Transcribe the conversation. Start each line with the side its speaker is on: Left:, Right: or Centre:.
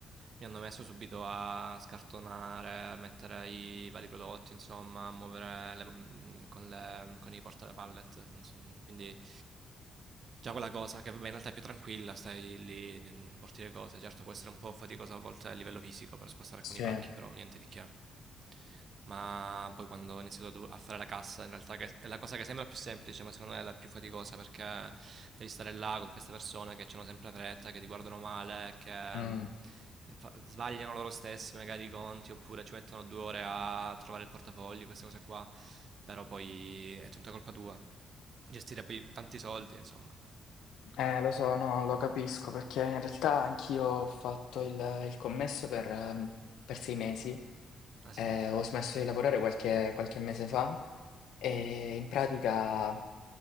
Right: mi hanno messo subito a scartonare, a mettere i vari prodotti, insomma, a muovere le- mm, con, le- con i porta pallet. non so, Quindi già quella cosa, che vabbè in realtà è più tranquilla, stai lì, mm, porti le cose. Certo può essere un po' faticoso a volte a livello fisico per spostare
Left: sì,
Right: alcuni pacchi, però niente di che ma poi quando ho iniziato a do- a fare la cassa, in realtà che è la cosa che sembra più semplice, ma secondo me è la più faticosa perché devi stare là con queste persone che hanno sempre fretta, che ti guardano male, che
Left: mm.
Right: mm, fa- sbagliano loro stessi magari i conti oppure ci mettono due ore a trovare il portafogli, queste cose qua, però poi è tutta colpa tua. Gestire poi tanti soldi, insomma.
Left: Eh, lo so, no, lo capisco perché in realtà anch'io ho fatto il, il commesso per, ehm, per sei mesi,
Right: Ah
Left: eh,
Right: sì?
Left: ho smesso di lavorare qualche, qualche mese fa e in pratica